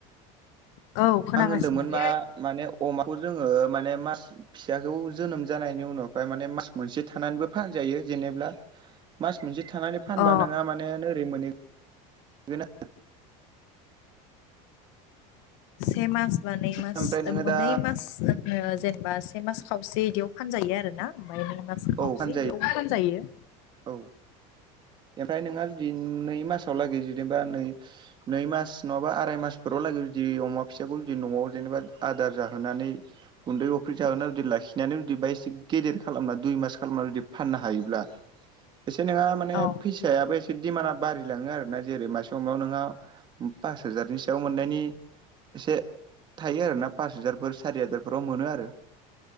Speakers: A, on the left (about 65°); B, on the right (about 25°).
A: औ <inaudible> खोनागासिनो
B: आं होन्दोंमोन
A: अ
B: मा माने अमाखौ जोङो माने मास फिसाखौ जोनोम जानायनि उनावहाय माने मास मोनसे थानानैबो फानजायो जेनेब्ला। मास मोनसे थानानै फानबा
A: अ
B: नोंहा माने ओरै <inaudible> मोनहै
A: से मास बा नै मास
B: ओमफ्राय नोङो
A: मोनै
B: दा
A: मास ओ नो जेनेबा से मास खावसे बिदियाव फानजायो आरोना ओमफ्राय नै मास खावसे
B: औ फानजायो
A: बिदियावबो फानजायो।
B: औ ओमफ्राय नोंहा जुदि नै मासाव लागै जुदिबा नै नै मास नङाबा आराय मासफोराव लागै जुदि अमा फिसाखौ जुदि न'आव जेनेबा आदार जाहोनानै गुन्दै अफ्रि जाहोनानै जुदि लाखिनानै जुदि बा एसे गेदेर खालामना दुइ मास खालामनानै जुदि फाननो हायोब्ला एसे नोंहा माने
A: औ
B: फैसायाबो एसे दिडिमान्डआ बारि लाङो आरो ना जेरै मासे समाव नोंहा पास हाजारनि सायाव मोननायनि एसे थायो आरोना पास हाजारफोर सारि हाजारफोराव मोनो आरो।